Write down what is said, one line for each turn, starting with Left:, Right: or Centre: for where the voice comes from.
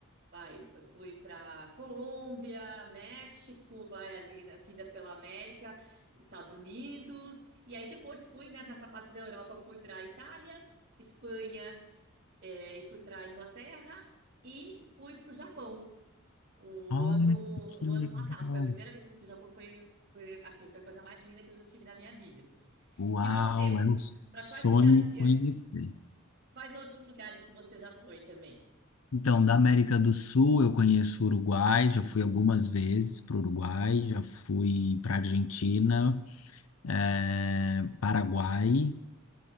Right: Vai, fui para Colômbia, México, vai ali né, aqui ainda pela América, Estados Unidos, e aí depois fui, né, nessa parte da Europa, fui para Itália, Espanha, eh, e fui para Inglaterra e fui para o Japão. O
Left: Olha
Right: ano,
Left: que
Right: o
Left: legal.
Right: ano passado foi a primeira vez que eu fui para o Japão, foi, foi, assim, foi a coisa mais linda que eu já tive na minha vida.
Left: Uau,
Right: E você,
Left: é um
Right: para
Left: sonho
Right: quais lugares que,
Left: conhecer.
Right: quais outros lugares que você já foi também?
Left: Então, da América do Sul, eu conheço o Uruguai, já fui algumas vezes para o Uruguai, já fui para a Argentina, eh, Paraguai